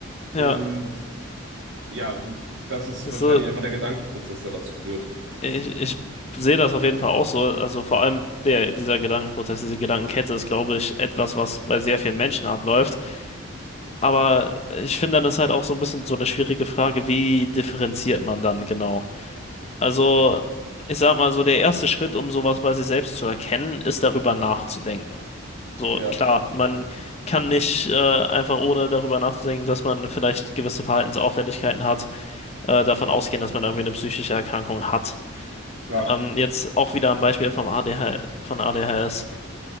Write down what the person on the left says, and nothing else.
ja,
also
ich, ich sehe das auf jeden Fall auch so, also vor allem der, dieser Gedankenprozess, diese Gedankenkette ist, glaube ich, etwas, was bei sehr vielen Menschen abläuft. Aber ich finde, dann ist halt auch so ein bisschen so eine schwierige Frage, wie differenziert man dann genau? Also, ich sag mal so, der erste Schritt, um sowas bei sich selbst zu erkennen, ist darüber nachzudenken. So,
klar, man kann nicht äh, einfach ohne darüber nachzudenken, dass man vielleicht gewisse Verhaltensauffälligkeiten hat, äh, davon ausgehen, dass man irgendwie eine psychische Erkrankung hat.
Ähm, jetzt auch wieder am Beispiel vom ADH, von ADHS.